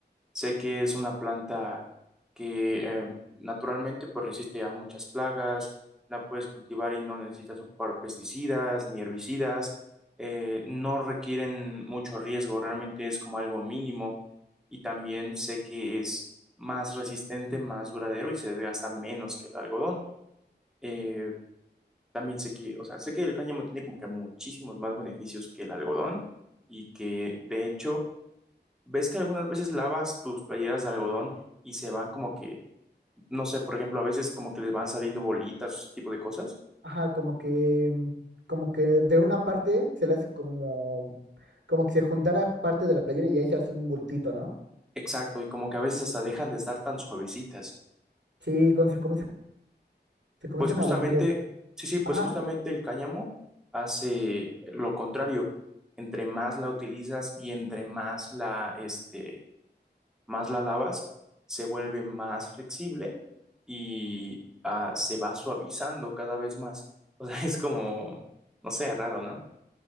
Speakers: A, in the centre; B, on the right.
A: Sé que es una planta que eh, naturalmente pues resiste a muchas plagas, la puedes cultivar y no necesitas ocupar pesticidas ni herbicidas, eh, no requieren mucho riesgo, realmente es como algo mínimo y también sé que es más resistente, más duradero y se desgasta menos que el algodón. Eh, también sé que, o sea, sé que el cáñamo tiene como que muchísimos más beneficios que el algodón y que de hecho ¿Ves que algunas veces lavas tus playeras de algodón y se van como que, no sé, por ejemplo, a veces como que les van saliendo bolitas o ese tipo de cosas?
B: Ajá, como que, mm, como que de una parte se le hace como, como que se juntara parte de la playera y ahí se hace un bultito, ¿no?
A: Exacto, y como que a veces hasta dejan de estar tan suavecitas.
B: Sí, cuando se comienza- se comienzan
A: Pues justamente,
B: a volver.
A: sí, sí, pues
B: Ajá.
A: justamente el cáñamo hace lo contrario. Entre más la utilizas y entre más la, este, más la lavas, se vuelve más flexible y ah, se va suavizando cada vez más. O sea, <laughs> es como, no sé, raro, ¿no?